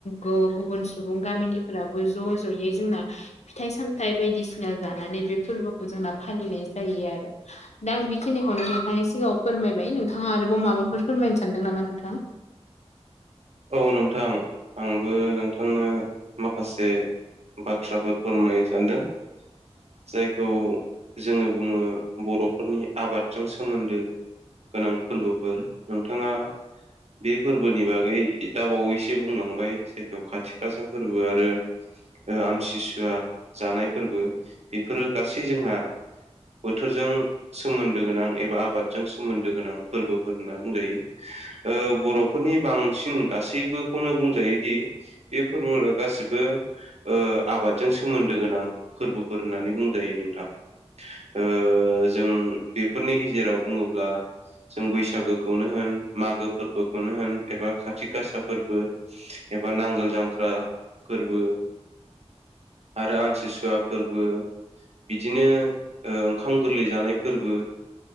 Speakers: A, on the left; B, on the right.
A: गुबुन सुबुं गामिनिफोराबो ज' ज'यै जोंना फिथाइ सामथाय बायदिसिना जानानै बे फोरबोखौ जोंना फालिनाय जायो आरो दा आं बेखिनिखौनो नोंथांनि सिगाङाव फोरमायबाय नोंथाङा आरोबाव माबाफोर फोरमायनो सानदों नामा नोंथां
B: औ नोंथां आंबो नोंथांनो माखासे बाथ्राफोर फोरमायनो सानदों। जायखौ जोङो बुङो बर'फोरनि आबादजों सोमोन्दो गोनां फोरबोफोर नोंथाङा बे फोरबोनि बागै दाबावैसो‌ बुंलांबाय जायखौहाय खाथि खासा फोरबो आरो आमसिसुवा जानाय फोरबो बेफोरो गासै जोंहा बोथोरजों सोमोन्दो गोनां एबा आबाद जों सोमोन्दो गोनां फोरबोफोर होनना बुंजायो बर'फोरनि बांसिन गासैबोखौनो बुंजायोदि बे फोरबोफोरा गासिबो ओ‌ आबादजों सोमोन्दो गोनां फोरबोफोर होननानै बुंजायो नोंथां ओ‌ जों बेफोरनि गेजेराव बुंङोब्ला जों बैसागोखौनो होन मागो फोरबोखौनो होन एबा खा थिखासा फोरबो एबा नांगोल जांख्रा फोरबो आरो आमथिसुवा फोरबो बिदिनो ओंखाम गोरलै जानाय फोरबो